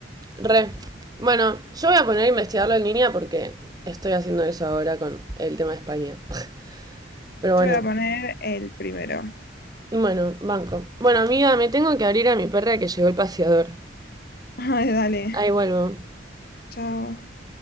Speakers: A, on the right; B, on the left.
A: Re. Bueno, yo voy a poner a investigarlo en línea porque estoy haciendo eso ahora con el tema de España. <laughs> Pero bueno,
B: yo voy a poner el primero.
A: bueno, banco. Bueno, amiga, me tengo que abrir a mi perra que llegó el paseador.
B: <laughs> Ay, dale,
A: Ahí vuelvo.
B: chao.